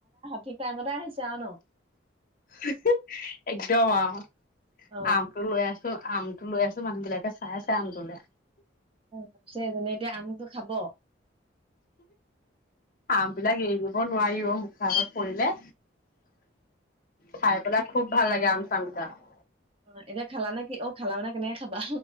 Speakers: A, on the right; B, on the left.
A: ঠিক টাইমতে আহিছে আৰু ন
B: হি হে একদম আৰু
A: অ'
B: আমটো লৈ আছো আমটো লৈ আছো মানুহ বিলাক চাই আছে আম তোলে
A: অ ছে এজনীয়ে এতিয়া আমটো খাব
B: আম বিলাক এইৰি ব নোৱাৰি অ মুখ আগত পৰিলে। খাই পেলাই খুব ভাল লাগে আম চাম বিলাক।
A: অ এতিয়া খালা নেকি অ খালা মানে কেনেকে খাবা